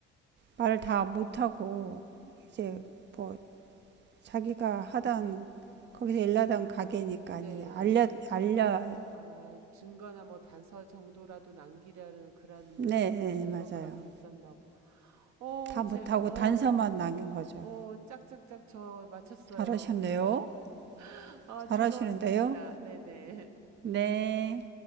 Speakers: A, on the right; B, on the right.
A: 말을 다 못하고, 이제 뭐, 자기가 하던, 거기서 일하던 가게니까,
B: 네.
A: 이게 알려, 알려,
B: 아, 증거나 뭐 단서 정도라도 남기려는 그런
A: 네, 네,
B: 절박함이
A: 맞아요.
B: 있었나 보.
A: 다
B: 어, 제,
A: 못하고
B: 어,
A: 단서만 남긴 거죠.
B: 어, 짝짝짝 저 맞췄어요.
A: 잘하셨네요.
B: <laughs> 아,
A: 잘하시는데요.
B: 즐거웠습니다. 네네.
A: 네.